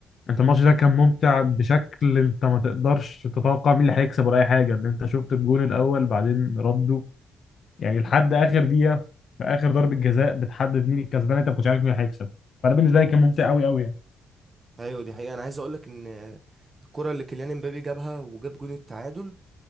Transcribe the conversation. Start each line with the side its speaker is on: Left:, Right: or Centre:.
Left: انت الماتش ده كان ممتع بشكل انت ما تقدرش تتوقع مين اللي هيكسب ولا اي حاجه ان انت شفت الجون الاول بعدين ردوا يعني لحد اخر دقيقه في اخر ضربه جزاء بتحدد مين الكسبان انت ما كنتش عارف مين اللي هيكسب فانا بالنسبه لي كان ممتع قوي قوي يعني
Right: ايوه دي حقيقه انا عايز اقول لك ان آه، الكره اللي كيليان امبابي جابها وجاب جون التعادل